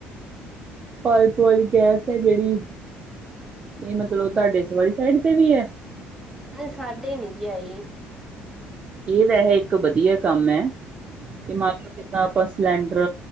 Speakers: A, on the right; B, in the centre.
A: ਪਾਈਪ ਵਾਲੀ ਗੈਸ ਹੈ ਜਿਹੜੀ ਇਹ ਮਤਲਬ ਤੁਹਾਡੇ ਸਵੀ ਸਾਈਡ ਤੇ ਵੀ ਹੈ।
B: ਨਹੀਂ ਸਾਡੇ ਨੀ ਜੇ ਆਈ।
A: ਇਹ ਤਾਂ ਇਹ ਇੱਕ ਵਧੀਆ ਕੰਮ ਹੈ
B: ਹੂੰ,
A: ਕਿ ਮੰ ਤਾਂ ਆਪਾਂ ਸਿਲੰਡਰ